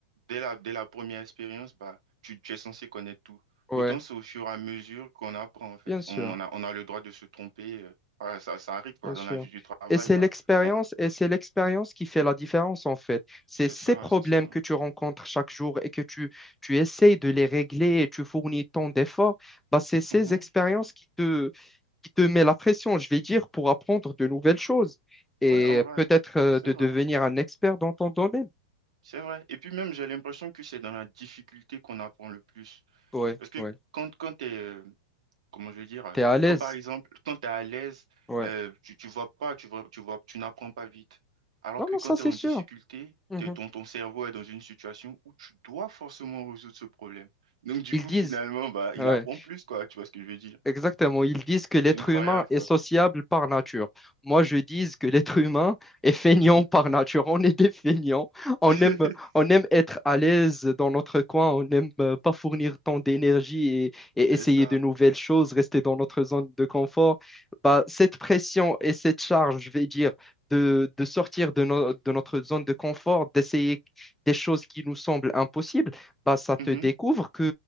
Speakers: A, on the right; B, in the centre.
A: dès la, dès la première expérience, bah, tu, tu es censé connaître tout.
B: Ouais,
A: Pourtant, c'est au fur et à mesure qu'on apprend, en fait.
B: bien sûr.
A: On, en a, on a le droit de se tromper. euh. Voilà, ça, ça arrive, quoi.
B: Bien
A: Dans
B: sûr.
A: la vie du travail,
B: Et c'est
A: bah,
B: l'expérience,
A: on-
B: et c'est l'expérience qui fait la différence en fait. C'est
A: c'est
B: ces
A: ça,
B: problèmes
A: c'est ça.
B: que tu rencontres chaque jour et que tu, tu essayes de les régler et tu fournis tant d'efforts, bah c'est ces
A: Mhm.
B: expériences qui te, qui te met la pression, je vais dire, pour apprendre de nouvelles choses et
A: Ouais, en vrai,
B: peut-être euh,
A: c'est
B: de
A: vrai.
B: devenir un expert dans ton domaine.
A: C'est vrai. Et puis même, j'ai l'impression que c'est dans la difficulté qu'on apprend le plus.
B: Ouais,
A: Parce que
B: ouais.
A: quand, quand t'es, euh, comment je veux dire, euh,
B: T'es à l'aise.
A: quand par exemple, quand t'es à l'aise,
B: Ouais.
A: euh, tu, tu vois pas, tu vois, tu vois, tu n'apprends pas vite. Alors
B: Non,
A: que
B: non,
A: quand
B: ça
A: t'es
B: c'est
A: en
B: sûr.
A: difficulté,
B: Mhm.
A: t'es- ton, ton cerveau est dans une situation où tu dois forcément résoudre ce problème. Donc du
B: Ils
A: coup,
B: disent.
A: finalement, bah, il
B: ouais,
A: apprend plus, quoi. Tu vois ce que je veux dire?
B: Exactement, ils disent que l'être
A: C'est incroyable,
B: humain est
A: quoi.
B: sociable par nature. Moi, je dis que l'être humain est feignant
A: Mhm.
B: par nature. On est des feignants. On
A: <laughs>
B: aime, on aime être à l'aise dans notre coin. On n'aime euh, pas fournir tant d'énergie et,
A: C'est
B: et essayer
A: ça.
B: de nouvelles choses, rester dans notre zone de confort. Bah, cette pression et cette charge, je vais dire, de, de sortir de, no- de notre zone de confort, d'essayer des choses qui nous semblent impossibles, bah, ça te
A: Mhm.
B: découvre